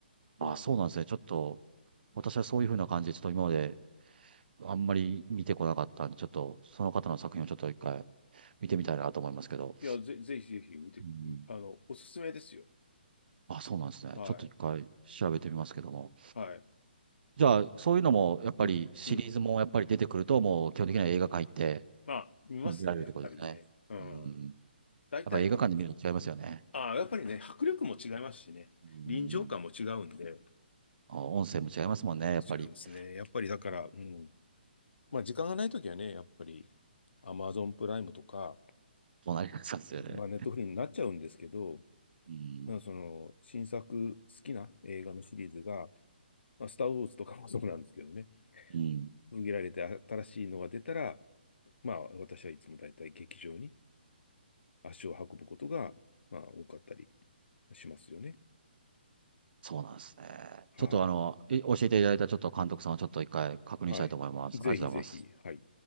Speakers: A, on the left; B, on the right.
A: そうなんですよ。
B: あ、そうなんですね。ちょっと、私はそういうふうな感じで、ちょっと今まであんまり見てこなかったんで、ちょっと、その方の作品をちょっと一回見てみたいなと思いますけど。
A: いや、ぜ、ぜひぜひ見てく、
B: うん。
A: あの、おすすめですよ。
B: あ、そうなんですね。
A: はい。
B: ちょっと一回調べてみますけども。
A: はい。
B: じゃあ、そういうのも、やっぱりシリーズもやっぱり出てくると、
A: うん。うん。
B: もう基本的には映画館行って、
A: まあ、見ますね、
B: 見られるってことですね。
A: やっぱりね。うん。
B: うん。や
A: 大体、
B: っぱり映画館で見るの違いますよね。
A: ああ、やっぱりね、迫力も違いますしね。
B: うん。
A: 臨場感も違うんで。
B: あ音声も違いますもんね、
A: うん。違いますね。
B: やっぱり。
A: やっぱりだから、
B: うん
A: うん。まあ、時間がないときはね、やっぱり Amazon プライムとか、
B: そうなりますよね。
A: まあ、ネットフリーになっちゃうんですけど、
B: うん。
A: まあ、その新作好きな映画のシリーズが、まあ、スター・ウォーズとかもそうなんですけどね、
B: うん。
A: 続けられて新しいのが出たら、まあ、私はいつも大体劇場に足を運ぶことが、まあ、多かったりしますよね。
B: そうなんですね。
A: はい。
B: ちょっとあの、え教えていただいたちょっと監督さんをちょっと一回確認したいと思います。
A: はい。ぜひぜひ、
B: ありがとうございます。
A: はい。